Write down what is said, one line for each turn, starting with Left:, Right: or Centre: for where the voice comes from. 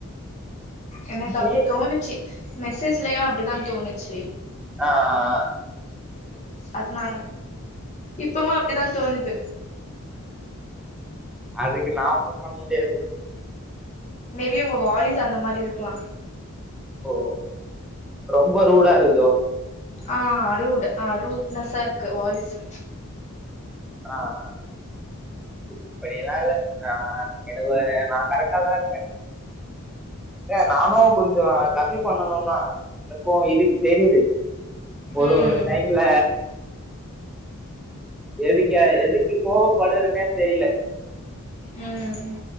Left: எனக்கு அப்டி
Centre: நீ
Left: தோணுச்சு மெசேஜ்லயு அப்டி தா தோணுச்சு
Centre: ஆ ஆ ஆ
Left: அதுனால இப்பவு அப்டிதா தோணுது
Centre: அதுக்கு நா ஒன்னு பண்ண முடியாது
Left: மேபி ஒங்க வாயிஸ் அந்த மாரி இருக்கலா
Centre: ஓ ரொம்ப ரூடா இருக்குதோ
Left: ஆ அரூட் அ அரூட்னஸ்ஸா இருக்கு வாய்ஸு
Centre: ஆ ஆ அப்படி எல்லா இல்ல ஆ எனக்கு ஒரு நா கரெக்டா தா இருக்கே ஏ நானு கொஞ்சோ கம்மி பண்ணனுந்தா எனக்கு இருது தெரிது ஒரு
Left: ம்
Centre: ஒரு டைம்ல எதுக்க எதுக்கு கோபப்படுறேனே தெரியல
Left: ம்